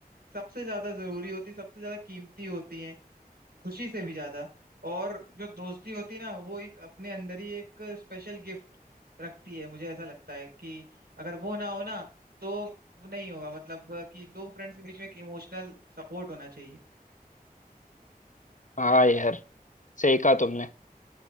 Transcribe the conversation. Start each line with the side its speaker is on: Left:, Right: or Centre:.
Right: सबसे ज्यादा जरूरी होती सबसे ज्यादा कीमती होती हैं खुशी से भी ज्यादा और जो दोस्ती होती है ना वो एक अपने अंदर ही एक स्पेशल गिफ्ट रखती है मुझे ऐसा लगता है कि अगर वो ना हो ना तो वो नहीं होगा मतलब अ, कि दो फ्रेंड्स के बीच में एक इमोशनल सपोर्ट होना चाहिए
Left: हाँ यार सही कहा तुमने